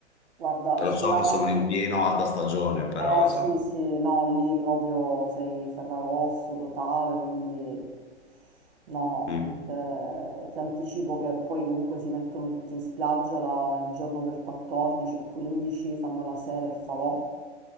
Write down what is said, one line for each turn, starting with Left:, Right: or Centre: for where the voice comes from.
Right: guarda,
Left: Lo
Right: sicuramente,
Left: so che sono in pieno alta stagione, però
Right: eh
Left: insomma.
Right: sì, sì, no, lì proprio sei ferragosto totale, quindi no, no,
Left: Mm.
Right: Eh, ti anticipo che poi comunque si mettono tutti in spiaggia la- il giorno del 14, il 15, fanno la sera il falò.